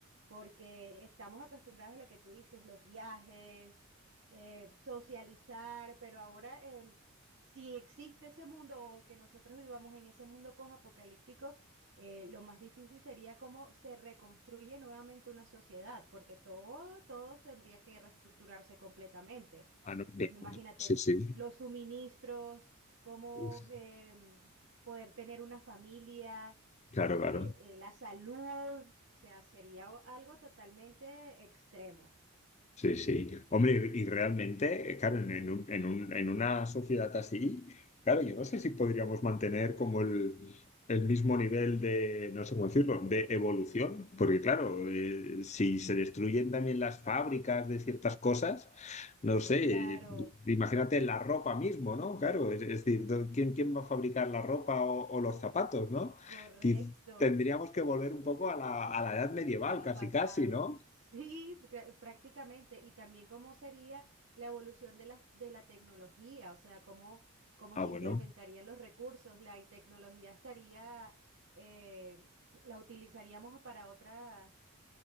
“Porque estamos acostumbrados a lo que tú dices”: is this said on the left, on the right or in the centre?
Right